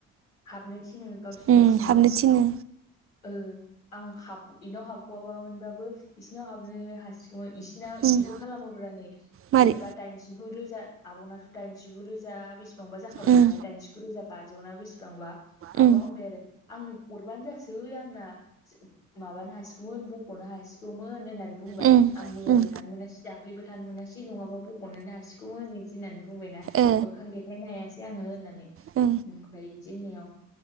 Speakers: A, on the left; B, on the right.
A: हाबनो थिनो गावसोरनि
B: उम
A: सिङाव
B: हाबनो थिनो
A: ओ आं हाब बेनाव हाबग'आबा मोनबाबो इसोरनाव हाबनो हासिगौमोन इसोरनाव बिदिबो
B: उम
A: खालामोब्लानो
B: मारै
A: जेनेबा दाइनजिगु रोजा आब'नाथ' दाइनजिगु रोजा बेसे बेसेबांबा जाखाबायमोना
B: उम
A: दाइनजखु रोजा बाजौना बेसेबांबा
B: उम
A: आब' हामबाय आरो आंनो हरबानो जासै थै आंना माबानो ह हमोन बख'नो हासिगौमोन होननानै बुंबाय
B: उम
A: आं मैयाबो
B: उम
A: थानो मोनासै दाख्लैबो थानो मोनासै नङाबा ब फनो हासिगौ ओदि होननानै बुंबायना
B: ओ
A: मोखां देखायनो हायासै आङो होननानै
B: औ
A: ओमफ्राय बिदि होननाययाव